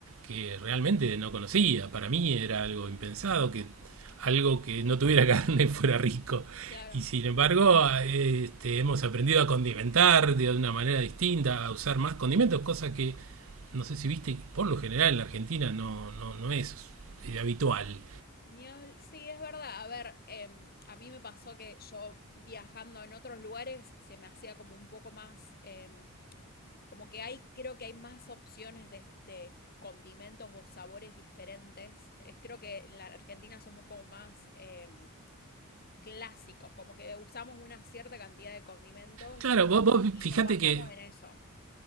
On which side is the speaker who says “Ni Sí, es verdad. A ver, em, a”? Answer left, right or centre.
Left